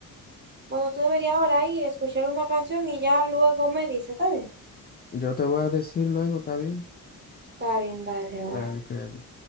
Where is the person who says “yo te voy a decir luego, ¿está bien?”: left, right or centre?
Left